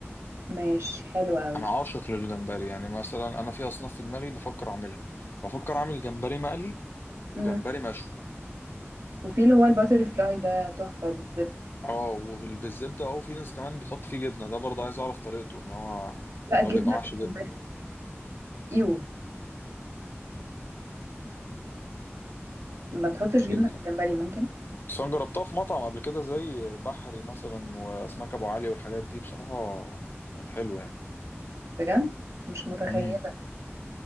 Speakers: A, on the right; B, on the left.
A: ماشي حلو قوي
B: انا عاشق للجمبري يعني مثلا انا في اصناف في دماغي بفكر اعملها بفكر اعمل جمبري مقلي وجمبري
A: مم.
B: مشوي
A: وفي اللي هو الباتر فلاي ده تحفة بالزبدة
B: اه وبالزبده اه وفي ناس كمان بتحط فيه جبنه ده برضه عايز اعرف طريقته ان هو
A: لا
B: لو
A: جبنة
B: بيبقى محشي
A: في الجمبري
B: جبنه
A: ايوه ما تحطش جبنة
B: امم
A: في الجمبري ممكن
B: بس انا جربتها في مطعم قبل كده زي بحري مثلا واسماك ابو علي والحاجات دي بصراحه كان حلو يعني
A: بجد مش متخيلة
B: امم